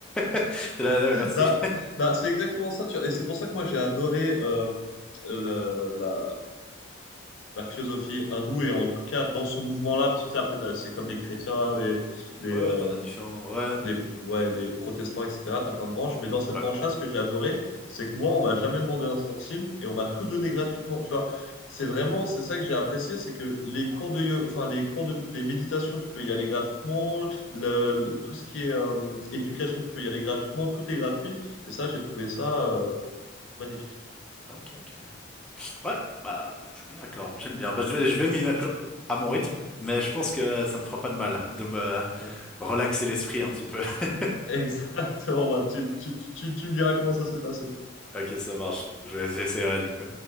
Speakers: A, in the centre; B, on the left (about 80°).
A: <laughs> T'es là, ouais, merci.
B: Bah bah c'est exactement ça. Tu vois. Et c'est pour ça que moi j'ai adoré euh, le- la la philosophie hindoue et en tout cas dans ce mouvement-là, parce que tu sais, après t'as- c'est comme les chrétiens, les les
A: Ouais,
B: euh,
A: ouais, t'en as différents. Ouais.
B: les, ouais, les protestants, etc. T'as plein de branches. Mais dans cette
A: Ouais.
B: branche-là, ce que j'ai adoré, c'est que moi, on m'a jamais demandé un centime et on m'a tout donné gratuitement. Tu vois, c'est vraiment, c'est ça que j'ai apprécié, c'est que les cours de, yo- enfin, les cours de, les méditations, tu peux y aller gratuitement. Le, le- tout ce qui est euh, éducation, tu peux y aller gratuitement. Tout est gratuit. Et ça, j'ai trouvé ça euh, magnifique.
A: Ok, ok. Ouais, bah, je suis bien d'accord, j'aime bien. Bah, je vais, je vais m'y mettre je- à mon rythme, mais je pense que ça me fera pas de mal de me
B: Ouais.
A: relaxer l'esprit un petit peu. <laughs>
B: <laughs> Exactement. Bah, tu, tu, tu, tu me diras comment ça s'est passé.
A: Ok, ça marche, je- j'essaierai du coup.